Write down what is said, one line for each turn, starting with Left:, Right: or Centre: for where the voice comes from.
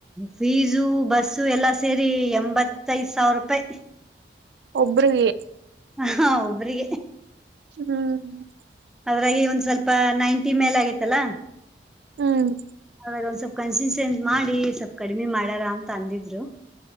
Centre: ಫೀಸು ಬಸ್ಸು ಎಲ್ಲಾ ಸೇರಿ ಎಂಬತ್ತ ಐದ್ ಸಾವಿರ ರೂಪಾಯಿ.
Right: ಒಬ್ರಿಗೆ
Centre: ಹಾ ಒಬ್ರಿಗೆ
Right: ಹ್ಮ್
Centre: ಅದ್ರಾಗಿ ಒಂದ್ ಸ್ವಲ್ಪ ನೈಂಟಿ ಮೇಲ್ ಆಗತ್ತಲ್ಲಾ
Right: ಹ್ಮ್
Centre: ಾಗ ಒಂದ್ ಸ್ವಲ್ಪ ಕನ್ಸಿನ್ತ್ ಮಾಡಿ ಸ್ವಲ್ಪ್ ಕಡಿಮೆ ಮಾಡಾರ ಅಂತ ತಂದಿದ್ರು